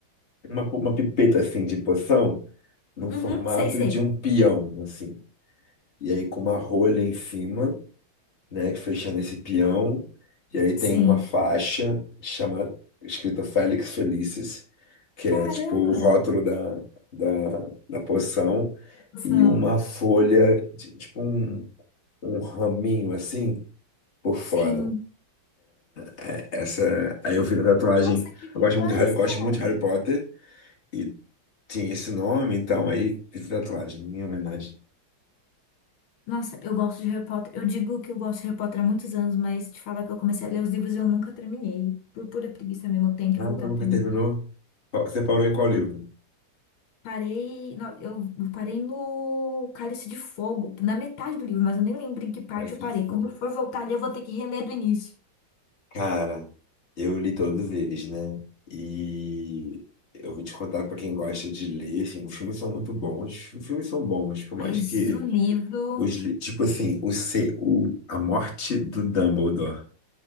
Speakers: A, on the left; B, on the left.
A: uma, uma pipeta assim de poção no
B: Uhum,
A: formato
B: sei, sei.
A: de um peão, assim. E aí com uma rolha em cima, né, fechando esse peão. E aí tem
B: Sim.
A: uma faixa chamada escrita Félix Felicis, que
B: Caramba,
A: é tipo o rótulo da, da, da poção,
B: poção.
A: e uma folha, de- tipo um, um raminho assim por fora.
B: Sim.
A: É, essa, aí eu fiz a tatuagem.
B: Nossa, que demais,
A: Eu gosto muito de Harry, gosto
B: cara.
A: muito de Harry Potter e tinha esse nome, então aí fiz a tatuagem em homenagem.
B: Nossa, eu gosto de Harry Potter. Eu digo que eu gosto de Harry Potter há muitos anos, mas te falar que eu comecei a ler os livros e eu nunca terminei. Por pura preguiça mesmo, eu tenho que
A: Ah,
B: voltar
A: nunca
B: a terminar.
A: terminou? Qual- Você parou em qual livro?
B: Parei, no- eu parei no Cálice de Fogo, na metade do livro, mas eu nem lembro em que parte
A: Cálice
B: eu parei.
A: de Fogo.
B: Quando eu for voltar ali, eu vou ter que reler do início.
A: Cara, eu li todos eles, né? E eu vou te contar pra quem gosta de ler, assim, os filmes são muito bons. Os filmes são bons, por
B: Mas
A: mais que
B: o livro,
A: os, li- tipo assim, o, se- o, a morte do Dumbledore.